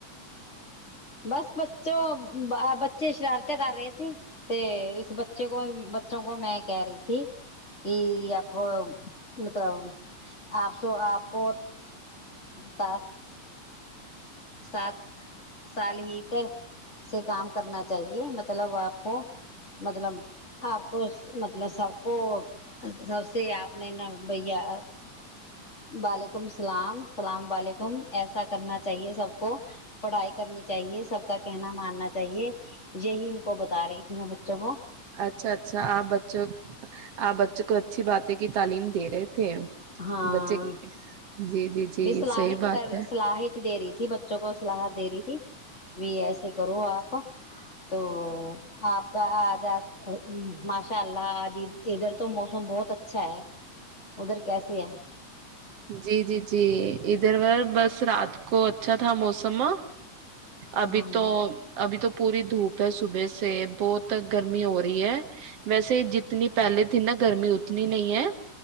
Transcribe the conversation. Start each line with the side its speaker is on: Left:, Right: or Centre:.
Left: بس بچوں بچے شرارتی کر رہے تھے اس بچے کو بچوں کو میں کہہ رہی تھی کہ آ مطلب آپ آپ کو تا سات سال ہی ت سے کام کرنا چاہیے مطلب آپ کو مطلب آپ کو مطلب سب کو سب سے آپ نے ن بھیا وعلیکم اللام اللام وعلیکم ایسا کرنا چاہیے سب کو پڑھائی کرنی چاہیے سب کا کہنا ماننا چاہیے یہی ان کو بتا رہی تھی میں بچوں کو
Right: اچھا اچھا آپ بچوں آپ بچوں کو اچھی بات کی تعلیم دے رہے تھے
Left: ہاں
Right: بچے جی جی جی
Left: بھی صلاحت
Right: صحیح بات
Left: کر
Right: ہے
Left: سلاحیت دے رہی تھی بچوں کو صلاحت دے رہی تھی <unintelligible> بھی ایسے کرو آپ تو آپ کا آج ماشاء اللہ آج ادھر تو موسم بہت اچھا ہے ادھر کیسے ہے
Right: جی جی جی ادھر بس رات کو اچھا تھا موسم ابھی
Left: ہاں
Right: تو ابھی تو پوری دھوپ صبح سے بہت گرمی ہو رہی ہے ویسے جتنی پہلے تھی نا گرمی اتنی نہیں ہے